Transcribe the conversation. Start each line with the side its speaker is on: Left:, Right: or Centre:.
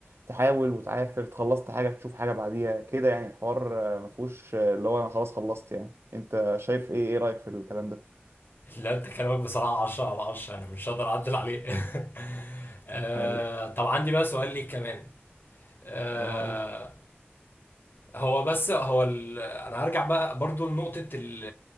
Right: تحاول وتعافر خلصت حاجة تشوف حاجة بعديها كده يعني الحوار آه، مفهوش آه، اللي هو انا خلاص خلصت يعني انت شايف ايه ايه رأيك في الكلام ده
Left: لا انت كلامك بصراحه 10 على 10 انا مش هقدر اعدل عليه <laughs> <applause> آه،
Right: طيب
Left: طب عندي بقى سؤال ليك كمان آه،
Right: واو.
Left: هو بس هو ال... انا هرجع بقى برضو لنقطه ال...